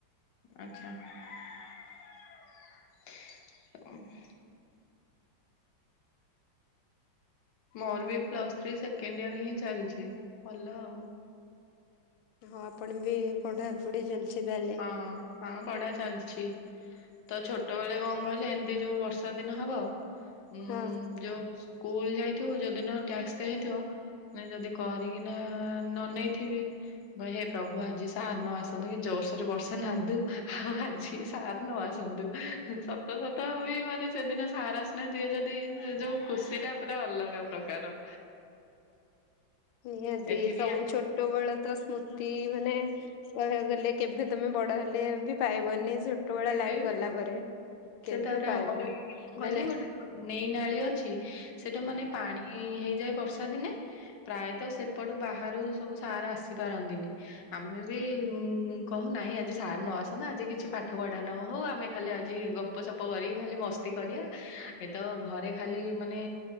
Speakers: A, on the left (about 70°); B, on the left (about 80°).
A: ଆଛ୍ଛା <unintelligible> ମୋର ବି ପ୍ଲସ ଥ୍ରୀ ସେକେଣ୍ଡ ଇୟର ହିଁ ଚାଲିଛି ଭଲ ଆଉ।
B: ହଁ ଆପଣ ବି ପଢା ପଢି ଚାଲିଛି ତାହେଲେ
A: ହଁ, ହଁ ପଢ଼ା ଚାଲିଛି। ଛି ତ ଛୋଟବେଳେ କଣ କହିଲେ, ଏମିତି ଯୋଉ ବର୍ଷା ଦିନ ହବ ହୁଁ
B: ହଁ
A: ଯୋ। ସ୍କୁଲ ଯାଇଥିବୁ ଯଉଦିନ ଟ୍ୟାକ୍ସ ହେଇଥିବ ଯଦି କରିକିନା ନ ନେଇେଇଥିବି। ଵ ହେ ପ୍ରଭୁ ଆଜି ସାର୍ ନ ଆସନ୍ତୁ କି ଜୋରସୋରେ ବର୍ଷା ନାଦୁ। ଆଜି ସାର୍ ନ ଆସନ୍ତୁ ସତ ସତ ହ ବି ମାନେ ସେଦିନ। ସାର ଆସିନାହାନ୍ତି ଏ ଯଦି ଯୋଉ ଖୁସି ଟା ପୁରା ଅଲଗା ପ୍ରକାର।
B: ନିହାତି
A: ଏଠି
B: ସବୁ
A: ବି ଆମ
B: ଛୋଟବେଳ ତ ସ୍ମୃତି ମାନେ ୱ କହିବାକୁ ଗଲେ କେବେ ତମେ ବଡ ହେଲେ। ବି ପାଇବନି
A: ହୁଁ
B: ଛୋଟବେଳ
A: <unintelligible>
B: ଲାଇଫ ଗଲା ପରେ। କେବେ
A: ତାପରେ
B: ପାଇବନି
A: ଆମରବି କଣ କହିଲେ
B: ମାନେ
A: ଗୋ ନେଇ ନାଳି ଅଛି ସେଟା ମାନେ ପାଣି ହେଇଯାଏ ବର୍ଷା ଦିନେ ପ୍ରାୟତଃ ସେପଟୁ ବାହାରୁ ସବୁ ସାର ଆସିପାରନ୍ତିନି ଆମେ ବି। ଉଁ କହୁନାଇଁ ଆଜି ସାର ନଆସ ନା, ଆଜି କିଛି ପାଠ ପଢା ନ ହଉ ଆମେ ଖାଲି ଆଜି ଗପ ସପ କରି ଖାଲି ମସ୍ତି କରିବା, ଏତ ଘରେ ଖାଲି ମାନେ,